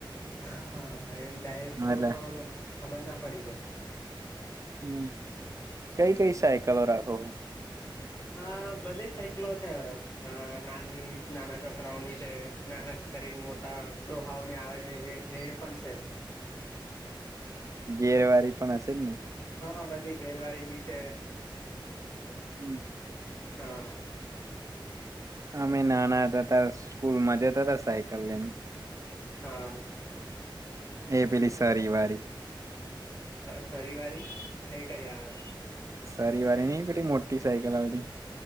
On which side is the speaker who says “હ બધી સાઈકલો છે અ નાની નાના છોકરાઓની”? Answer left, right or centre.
Left